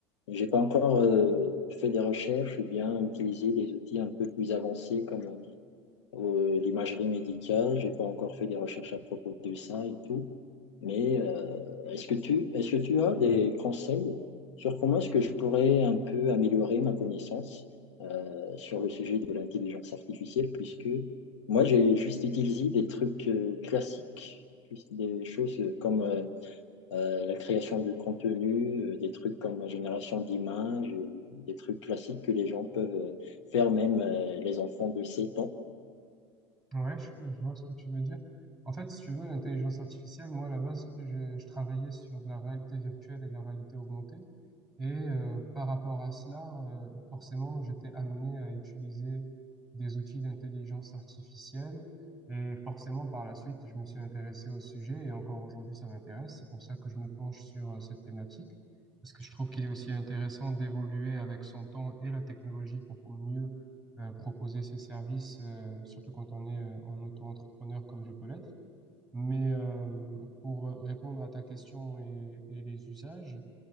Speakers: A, on the left; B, in the centre.
A: J'ai pas encore euh, fait des recherches ou bien utilisé des outils un peu plus avancés comme euh, l'imagerie médicale. J'ai pas encore fait des recherches à propos de ça et tout. Mais euh, est-ce que tu, est-ce que tu as des conseils sur comment est-ce que je pourrais un peu améliorer ma connaissance euh, sur le sujet de l'intelligence artificielle, puisque moi j'ai juste utilisé des trucs euh, classiques, juste des choses euh, comme euh, euh, la création de contenu, euh, des trucs comme la génération d'images, et des trucs classiques que les gens peuvent euh, faire, même euh, les enfants de 7 ans.
B: Ouais, je, je vois ce que tu veux dire. En fait, si tu veux, l'intelligence artificielle, moi, à la base, je, je travaillais sur de la réalité virtuelle et de la réalité augmentée. Et euh, par rapport à cela, euh, forcément, j'étais amené à utiliser des outils d'intelligence artificielle. Et forcément, par la suite, je me suis intéressé au sujet et encore aujourd'hui, ça m'intéresse. C'est pour ça que je me penche sur euh, cette thématique, parce que je trouve qu'il est aussi intéressant d'évoluer avec son temps et la technologie pour mieux euh, proposer ses services, euh, surtout quand on est euh, en auto-entrepreneur comme je peux l'être. Mais euh, pour répondre à ta question et, et les usages,